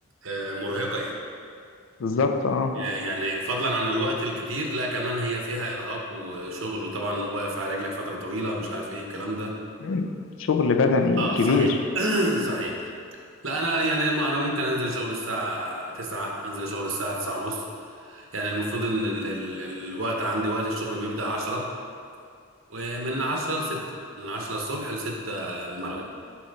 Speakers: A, on the right; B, on the left.
A: آه، مرهقة يعني
B: بالظبط اه
A: آه، يعني فضلا عن الوقت الكتير لا كمان هي فيها ارهاق وشغل وطبعا واقف على رجلك فترة طويلة مش عارف ايه الكلام ده
B: مم. شغل بدني
A: اه
B: كبير
A: صحيح <clears throat> صحيح لا انا يعني م- انا ممكن انزل شغل الساعه 9 انزل شغل الساعه 9 ونص يعني المفروض ان ال ال الوقت عندي وقت الشغل بيبدأ 10 ومن 10 ل 6 من 10 الصبح ل 6 المغرب